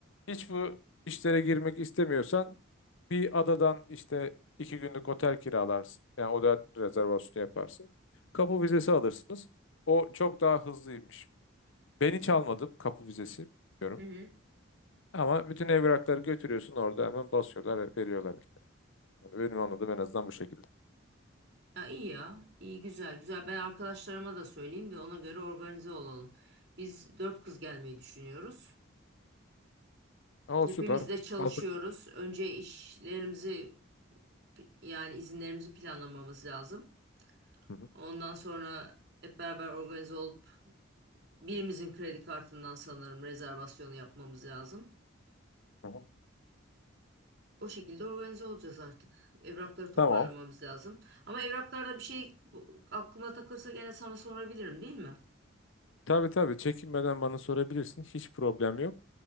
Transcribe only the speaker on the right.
Hı hı.
Ya iyi ya. iyi güzel güzel. Ben arkadaşlarıma da söyleyeyim de ona göre organize olalım. Biz dört kız gelmeyi düşünüyoruz.
Hepimiz
de çalışıyoruz.
Önce işlerimizi yani izinlerimizi planlamamız lazım.
Ondan sonra hep beraber organize olup birimizin kredi kartından sanırım rezervasyonu yapmamız lazım.
O şekilde organize olacağız artık. Evrakları toparlamamız
lazım. Ama evraklarda bir şey aklıma takılırsa gene sana sorabilirim değil mi?